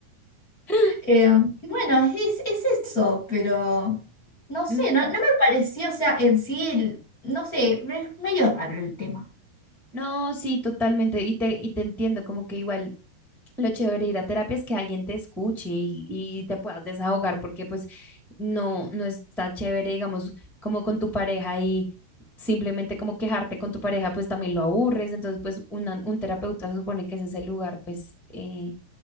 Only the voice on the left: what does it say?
Eh, y bueno, es, es eso, pero no sé,
no, no me pareció, o sea, en sí, el- no sé, es medio raro el tema.